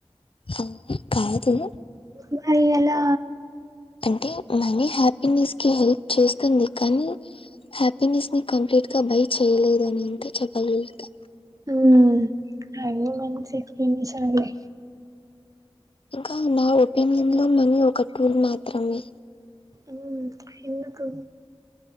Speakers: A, on the left; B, on the right.
A: పో కాదు.
B: మరి ఎలా
A: అంటే మనీ హ్యాపీనెస్కి చేస్తుంది కానీ హ్యాపీనెస్ని కంప్లీట్ గా బై చేయలేదని అంటే చెప్పగలుగుతా.
B: ఉహుహ్ అదే మంన్ చేపింది సర్లే
A: ఇంకా నా ఒపీనియన్ లో మనీ ఒక టూల్ మాత్రమే.
B: ఉహ్ ఎందుకు